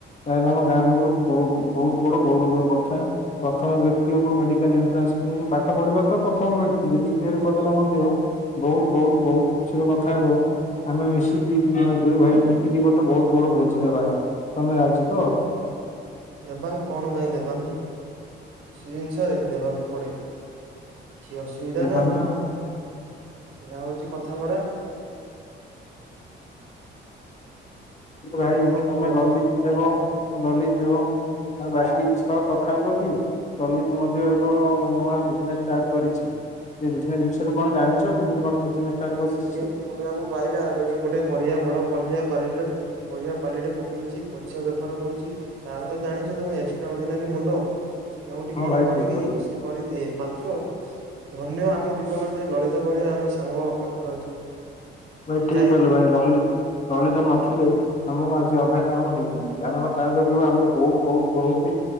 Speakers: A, on the left; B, on the right.
A: ତାହେଲେ ଆମ ଗାଁ ଲୁଗୁରୁ ବୋ ବୋହୁତ ବଡ ଗୌରବର କଥା। ପ୍ରଥମ ବ୍ୟକ୍ତିହବ ମେଡିକାଲରେ ଏଣ୍ଟ୍ରାସ ସିମତି ପାଠ ପଢିବା ତ ପ୍ରଥମ ବ୍ୟକ୍ତି ଯଦି କ୍ଳିଅର କରିଦେଲା ମଧ୍ୟ ବୋହୁତ ବୋହୁତ ବୋହୁତ ଖୁସି ର କଥା ହେବ ଆମେ ମିଶିକି ଆମେ ଦୁଇ ଭାଇ ମିଶିକି ଗୋଟେ ବହୁତ ବଡ ଭୋଜି ଦେବା ତମେ ରାଜି ତ।
B: ଦେବା କଣ ପାଇଁ ଦେବାନି ସେ ଜିନିଷରେ ଦେବାକୁ ପଡେ। କିଛି ଅସୁବିଧା
A: ଦେବା
B: ନାହିଁ
A: ନା ଆଉ।
B: ସେୟା ହଉଛି କଥାପରା।
A: ଭାଇ
B: ଆଉ କଣ
A: ତମେ
B: କୁହ?
A: ଲଲିତ ଏବଂ ଲଲିତ ଏବଂ ଆଉ ବାକି ସହ କଥା ହେଲ କି? ଲଲିତ ମଧ୍ୟ ଏକ ନୂଆ ବିଜନେସ୍ ଷ୍ଟାର୍ଟ କରିଛି। ଏ ବିଜନେସ୍ ବିଷୟରେ କଣ ଜାଣିଛ କେମତି କଣ ବିଜନେସ ଷ୍ଟାର୍ଟ କରିଛି
B: ସିଏ ପୁଣି ଆକୁ ପାହିଲା ଫେଣି ଗୋଟେ ପରିବା ବଡ଼ ପଲିବା ପାରିରେ ପକେଇଛି ପରିବା ପାଲିଟେ ପକେଇଛି ପଇସା ବେପାର କରୁଛି। ତାର ତ ଜାଣିଛ ତମେ ଏକ୍ସଟ୍ରା ଅର୍ଡିନାରୀ ମୁଣ୍ଡ ସେ କେଉଁଠି
A: ହଁ
B: କଣ
A: ଭାଇ
B: କରିକି
A: ଠିକ କହିଲେ।
B: କରିଦିଏ ମାତ୍ର ଧନ୍ୟ ଆମ ଜୀବନ ଯେ ଲଳିତ ଭଳିଆ ଆମେ ସାଙ୍ଗ ପାଖରେ ଅଛି।
A: ଭାଇ
B: ସିଏ
A: ଠିକ୍
B: ଯାଇ
A: କହିଲ ଭାଇ ଲିଲିତ୍ ଲଳିତ ନଥିଲେ। ଆମର ଆଜି ଅଧା କାମ ହେଇଥାନ୍ତା କାରଣ ତା ଯୋଗୁ ଆମେ ବହୁତ ବହୁତ ବହୁତ।